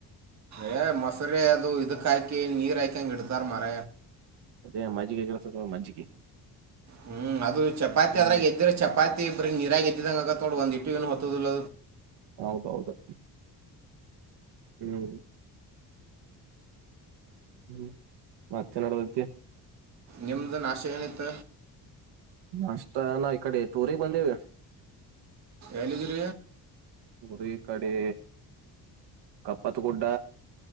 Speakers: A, on the right; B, on the right.
A: ಯ ಮೊಸರಿ ಅದು ಇದಕ್ಕಾಕಿ ನೀರ್ ಹಾಕಂಗ ಇಡ್ತಾರ ಮಾರ
B: ಅದೇ ಮಜ್ಜಿಗೆ ಕೆಸ ಮಜ್ಜಿಗೆ
A: ಹ್ಮ್ ಅದು ಚಪಾತಿ
B: ಹ್ಮ್
A: ಅದ್ರಾಗ ಎದ್ದ್ರೆ ಚಪಾತಿ ನಿರಾಕರಿಸತಿ ಂಗಕ್ಕ ತೋಡ ಬಂದಿ ಇಟ್ಟ ಇಏನು ಹೊತ್ತದಲ್ಲ
B: ಹೌದೌದು ಹ್ಮ್ ಹ್ಮ್ ಅಚ್ಚನಡದಕ್ಕೆ
A: ನಿಮ್ದ ನ ಆಶಯನತ್ತ
B: ಅಷ್ಟ ನ ಈ ಕಡೆ ಟೂರಿಗ್ ಬಂದೇವಿ
A: ಎಲಿಿದರ
B: ಗರು ಈ ಕಡೆ ಕಪ್ಪತ್ಗುಡ್ಡ